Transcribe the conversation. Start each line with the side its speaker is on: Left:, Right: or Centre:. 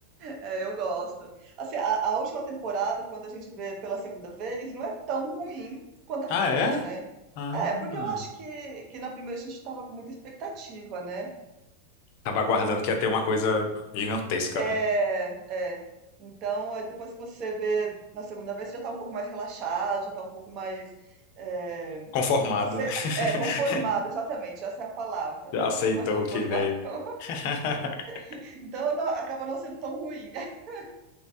Right: é, eu gosto. Assim, a, a última temporada, quando a gente vê pela segunda vez, não é tão ruim quanto a
Left: Ah,
Right: primeira,
Left: é?
Right: né?
Left: Ah.
Right: É, porque eu acho que, que na primeira a gente estava com muita expectativa, né?
Left: Tava aguardando
Right: Então,
Left: que ia ter uma coisa gigantesca,
Right: É,
Left: né?
Right: é. Então, aí depois que você vê na segunda vez, você já tá um pouco mais relaxado, já tá um pouco mais é,
Left: Conformado,
Right: acei-
Left: né? <laughs>
Right: é, conformado, exatamente, essa é a palavra.
Left: Já
Right: Tá
Left: aceitou
Right: um pouco mais conformado,
Left: o que veio.
Right: então,
Left: <laughs>
Right: <laughs> então não- acaba não sendo tão ruim. <laughs>